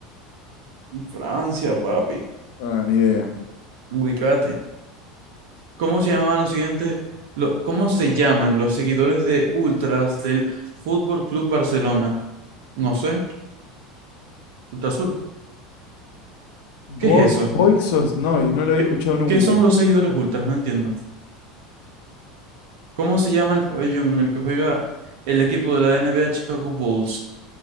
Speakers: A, on the right; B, on the left.
A: Francia, papi.
B: Ah, ni idea.
A: Ubicate. ¿Cómo se llamaban los siguientes? lo- ¿cómo se llaman los seguidores de Ultras del Fútbol Club Barcelona? No sé, Ultrasur. ¿Qué
B: Bo
A: es eso?
B: no y no lo había
A: ¿Qué,
B: escuchado nunca.
A: qué son los seguidores Ultras? No entiendo. ¿Cómo se llama el pabellón en el que juega el equipo de la NBA Chicago Bulls?